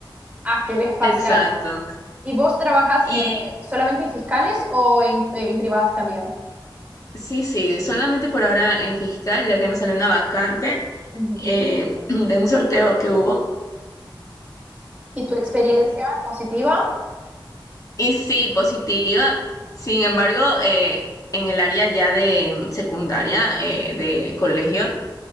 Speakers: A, on the right; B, on the left.
A: a que les pase
B: exacto.
A: algo. ¿Y vos trabajas
B: Y
A: eh, solamente en fiscales o en, en privadas también?
B: sí, sí, solamente por ahora en fiscal, ya que me salió una vacante
A: Ujú.
B: eh, <clears throat> de un sorteo que hubo.
A: ¿Y tu experiencia positiva?
B: Y sí, positiva. Sin embargo, eh, en el área ya de secundaria, eh, de colegio,